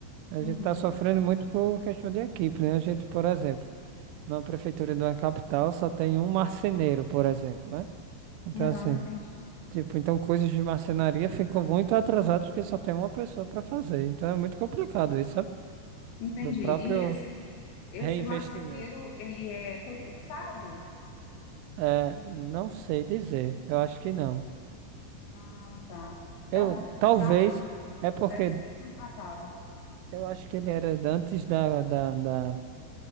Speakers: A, on the right (about 90°); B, on the left (about 75°).
A: A
B: uhum,
A: gente tá sofrendo muito por questão de equipe, né? A gente, por exemplo, numa prefeitura de uma capital só tem um marceneiro, por exemplo, né? Então,
B: aham,
A: assim.
B: entendi.
A: Tipo, então coisas de marcenaria ficam muito atrasadas porque só tem uma pessoa para fazer. Então é muito complicado isso, sabe?
B: Entendi.
A: Do próprio
B: E esse, esse
A: reinvestimento.
B: marceneiro, ele é concursado?
A: É, não sei dizer. Eu acho que não.
B: Ah, tá. Então,
A: Eu talvez
B: no caso,
A: é porque
B: deve ser contratado.
A: eu acho que ele era antes da, da, da,